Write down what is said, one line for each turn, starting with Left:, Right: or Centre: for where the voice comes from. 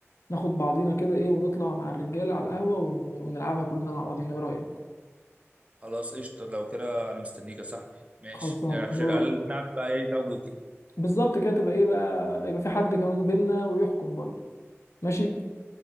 Left: ناخد بعضينا كده ايه ونطلع مع الرجاله على القهوه ون... ونلعبها كلنا مع بعضينا ايه رايك
Right: خلاص قشطه لو كده انا مستنيك يا صاحبي ماشي
Left: خلصان
Right: يعني عشان
Left: يلا
Right: قال نلعب بقى ايه زوجي وكده
Left: بالظبط كده تبقى ايه بقى يبقى في حد كمان بينا ويحكم برضه ماشي